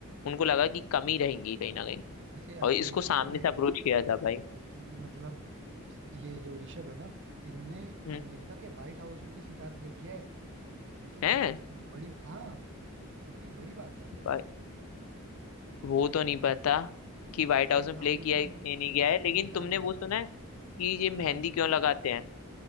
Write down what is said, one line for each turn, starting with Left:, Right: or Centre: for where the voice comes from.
Left: उनको लगा कि कमी रहेंगी कहीं ना कहीं
Right: वैसे आपको
Left: और इसको
Right: एक चीज
Left: सामने
Right: पता है
Left: से
Right: क्या
Left: अप्रोच
Right: है
Left: किया था भाई
Right: कि मतलब ये जो ऋषभ है ना इन्होंने
Left: हम्म
Right: अमेरिका के व्हाइट हाउस में भी सितार प्ले किया है सोचो मतलब
Left: है
Right: कितनी बड़ी हाँ इतनी बड़ी बात है ये
Left: भाई वो तो नहीं पता कि व्हाइट
Right: व्हाइट
Left: हाउस में
Right: हाउस
Left: प्ले किया
Right: में
Left: है कि नहीं गया
Right: जाके
Left: है लेकिन
Right: सितार
Left: तुमने
Right: प्ले
Left: वो
Right: करना
Left: सुना है कि ये
Right: क्या
Left: मेहंदी क्यों लगाते हैं